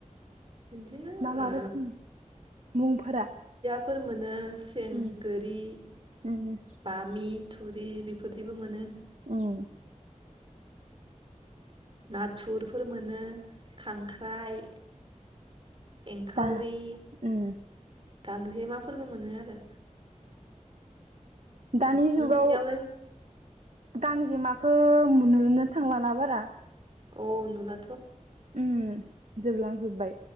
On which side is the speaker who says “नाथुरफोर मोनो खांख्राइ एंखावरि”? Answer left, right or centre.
Right